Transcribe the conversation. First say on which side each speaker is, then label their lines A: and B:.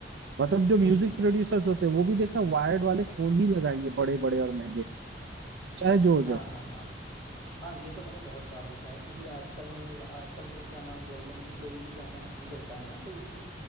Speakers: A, on the right; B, on the right.
A: मतलब जो
B: हम्म
A: म्यूजिक
B: हम्म,
A: प्रोड्यूसर्स होते हैं वो भी देखना वायर्ड वाले फोन ही लगाएंगे बड़े बड़े और महंगे चाहे जो हो
B: हाँ
A: जाए
B: हाँ हाँ हाँ ये तो मैंने बहुत बार देखा है क्योंकि आजकल आजकल तो क्या नाम बोलते हैं कि कोई भी गाना शूट होता है ना तो उसकी